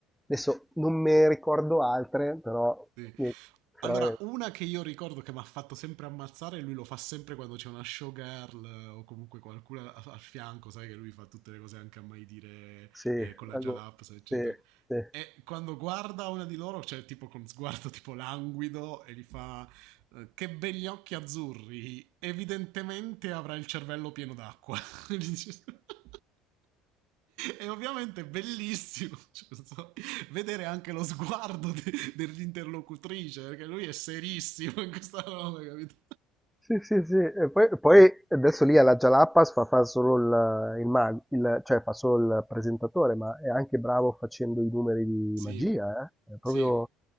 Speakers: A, in the centre; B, on the right (about 70°).
A: Adesso non me ricordo altre, però,
B: Sì.
A: sì,
B: Allora,
A: però è-
B: una che io ricordo che mi ha fatto sempre ammazzare, e lui lo fa sempre quando c'è una showgirl eh, o comunque qualcuno a- al fianco, sai che lui fa tutte le cose anche a mai dire
A: sì,
B: eh, con la
A: algo-
B: Jalaps, eccetera.
A: sì, sì.
B: E quando guarda una di loro, cioè tipo con sguardo <laughs> tipo languido, e gli fa eh, che begli occhi azzurri, evidentemente avrà il cervello pieno d'acqua. <laughs> Gli dice- <laughs> E ovviamente è bellissimo. <laughs> Cioè, non so, vedere anche lo sguardo de- dell'interlocutrice, perché lui è serissimo in questa roba, capito?
A: Sì, sì, sì. E poi, poi adesso lì alla Jalapas fa, fa solo il, il, mag- il- cioè fa solo il presentatore, ma è anche bravo facendo i numeri di
B: Sì,
A: magia, eh? È proprio,
B: sì,